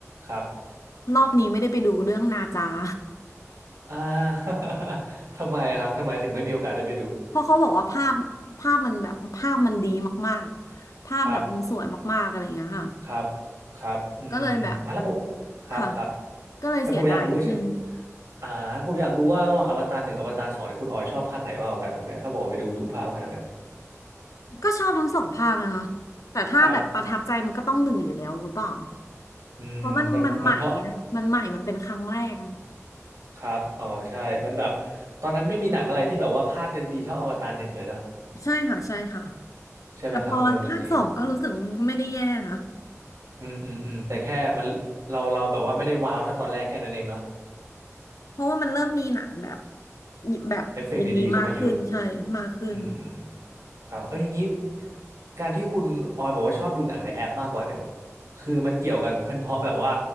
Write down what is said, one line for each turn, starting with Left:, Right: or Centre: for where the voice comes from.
Right: ครับ
Left: รอบนี้ไม่ได้ไปดูเรื่องนาจา <laughs>
Right: อ่า <laughs> ทำไมครับทำไมถึงไม่มีโอกาสได้ไปดู
Left: เพราะเขาบอกว่าภาพภาพมันแบบภาพมันดีมากๆ ภาพแบบมันสวยมากๆอะไรอย่างเงี้ยค่ะ
Right: ครับครับครับอืมอ่ะแล้วผม
Left: ก็เลยแบบ
Right: ครับครับ
Left: ค่ะ ก็เลยเสียดายนิดนึง
Right: แล้วผมอยากรู้เฉยอ่าผมอยากรู้ว่าระหว่างอวตารหนึ่งอวตารสองเนี่ยคุณออยชอบภาคไหนมากกว่ากันครับเนี่ยถ้าบอกไปดูทุกภาคมาแล้วเนี่ย
Left: ก็ชอบทั้งสองภาคนะคะแต่ถ้าแบบประทับใจมันก็ต้องหนึ่งอยู่แล้วหรือเปล่า
Right: ครับอืมมันมันเพราะ
Left: เพราะมันมันใหม่อะมันใหม่มันเป็นครั้งแรกอะ
Right: ครับ อ๋อใช่มันแบบตอนนั้นไม่มีหนังอะไรที่แบบว่าภาพจะดีเท่าอวตารหนึ่งเลยนะ
Left: ใช่ค่ะใช่ค่ะ
Right: ใช่ไหมครับเออจริง
Left: แต่พอภาคสองก็รู้สึกว่ามันก็ไม่ได้แย่นะ
Right: อืมอืมอืมแต่แค่มันเราเราแบบว่าไม่ได้ว้าวเท่าตอนแรกแค่นั้นเองเนาะ
Left: เพราะว่ามันเริ่มมีหนังแบบแบบอย่างนี้มากขึ้นใช่มากขึ้น
Right: เอฟเฟกต์ดีๆเข้ามาเยอะอืมอืม ครับเอออย่างนี้การที่คุณออยบอกว่าชอบดูหนังในแอปมากกว่าเนี่ยคือมันเกี่ยวกันเป็นเพราะแบบว่า